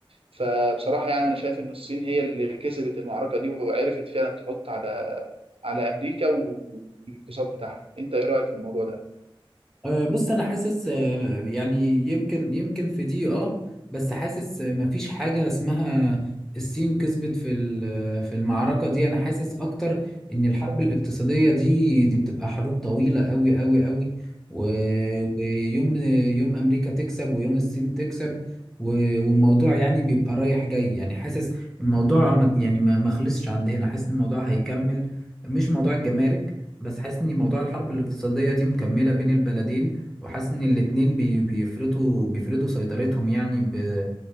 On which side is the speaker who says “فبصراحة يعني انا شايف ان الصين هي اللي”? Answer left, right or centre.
Right